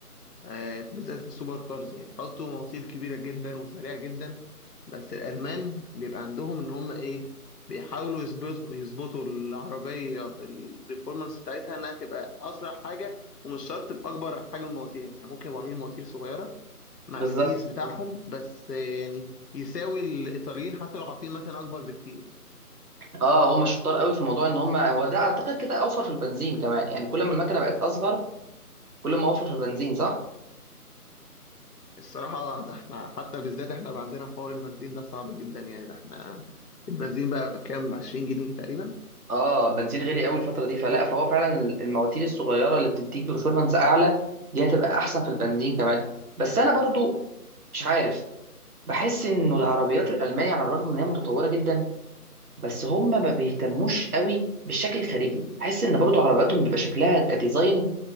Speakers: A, on the left (about 85°); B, on the right (about 70°).
A: آه بالذات في السوبر كارز يعني يحطوا مواسير كبيره جدا وسريعه جدا بس الالمان بيبقى عندهم ان هم ايه بيحاولوا يظبطوا يظبطوا العربيه بالبرفورمانس بتاعتها انها تبقى اسرع حاجه ومش شرط باكبر حجم المواتير يعني ممكن يبقوا عاملين مواتير صغيره مع
B: بالظبط
A: الفتيس بتاعهم
B: اه
A: بس آه، يعني يساوي الايطاليين حتى لو حاطين مكنه اكبر بكتير
B: اه هم شطار قوي في موضوع ان هم هو ده اعتقد كده اوفر في البنزين كمان يعني كل ما المكنه بقت اصغر كل ما اوفر في البنزين صح
A: الصراحة ده احنا حتى بالذات احنا بقى عندنا حوار البنزين ده صعب جدا يعني ده احنا البنزين بقى بكام 20 جنيه تقريبا
B: اه بنزين غالي قوي الفتره دي فلا فهو فعلا المواتير الصغيره اللي بتديك برفورمانس اعلى دي هتبقى احسن في البنزين كمان بس انا برضو مش عارف بحس انه العربيات الالمانية على الرغم ان هي متطورة جدا بس هم ما بيهتموش قوي بالشكل الخارجي بحس ان برضو عربياتهم بيبقى شكلها كديزاين